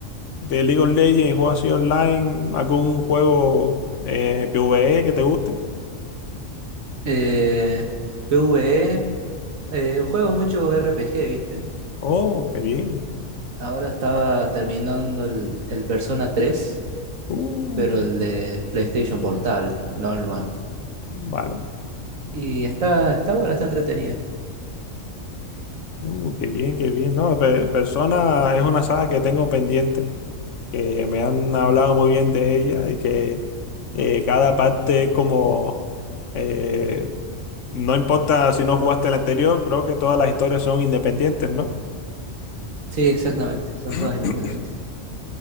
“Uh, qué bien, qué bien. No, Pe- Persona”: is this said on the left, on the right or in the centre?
Left